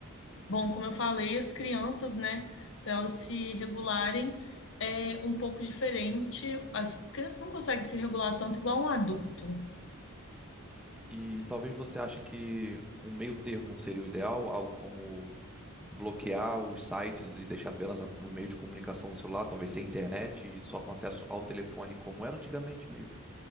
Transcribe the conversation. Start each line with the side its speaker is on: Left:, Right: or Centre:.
Left: bom, como eu falei, as crianças, né, para elas se regularem é um pouco diferente. As crianças não conseguem se regular tanto igual um adulto.
Centre: E talvez você ache que um meio termo não seria o ideal, algo como bloquear os sites e deixar apenas a- o meio de comunicação no celular, talvez sem internet e só com acesso ao telefone, como era antigamente mesmo.